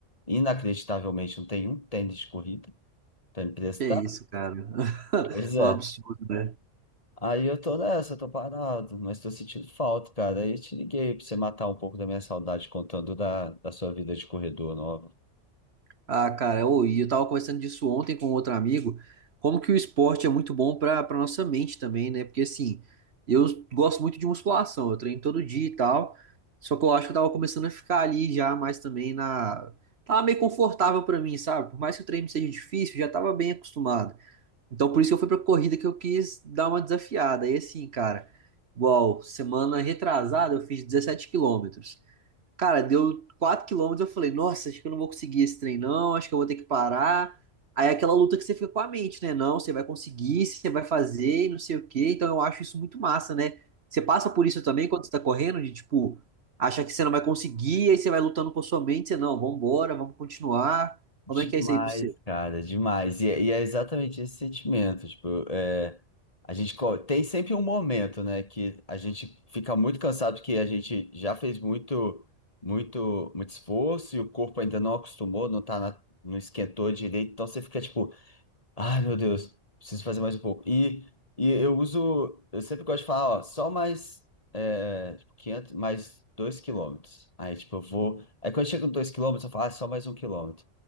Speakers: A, on the left; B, on the right.
A: Inacreditavelmente, não tem um tênis de corrida pra emprestar.
B: Que isso, cara. <laughs>
A: Pois é.
B: É Um absurdo, né?
A: Aí eu tô nessa, eu tô parado, mas tô sentindo falta, cara. Aí eu te liguei pra você matar um pouco da minha saudade contando da, da sua vida de corredor nova.
B: Ah, cara, eu, e eu tava conversando disso ontem com outro amigo, como que o esporte é muito bom pra, pra nossa mente também, né? Porque, assim, eu gosto muito de musculação, eu treino todo dia e tal, só que eu acho que eu tava começando a ficar ali já mais também na... Tava meio confortável pra mim, sabe? Por mais que o treino seja difícil, eu já tava bem acostumado. Então, por isso que eu fui pra corrida que eu quis dar uma desafiada. E assim, cara, igual semana retrasada eu fiz 17 quilômetros. Cara, deu 4 quilômetros, eu falei, nossa, acho que eu não vou conseguir esse trem, não, acho que eu vou ter que parar. Aí é aquela luta que você fica com a mente, né? Não, você vai conseguir, você vai fazer, e não sei o quê. Então eu acho isso muito massa, né? Você passa por isso também quando você tá correndo, de tipo, acha que você não vai conseguir, aí você vai lutando com a sua mente, você não, vambora, vamos continuar.
A: Demais,
B: Como é que é isso aí pra você?
A: cara, demais. E, é e é exatamente esse sentimento. Tipo, é, a gente co- tem sempre um momento, né, que a gente fica muito cansado porque a gente já fez muito, muito, muito esforço e o corpo ainda não acostumou, não tá na- não esquentou direito. Então você fica tipo, Ai, meu Deus, preciso fazer mais um pouco. E, e eu uso, eu sempre gosto de falar, ó, só mais é, tipo, 500, mais 2 quilômetros. Aí, tipo, eu vou. Aí, quando chega no 2 quilômetros, eu falo, ah, só mais um quilômetro.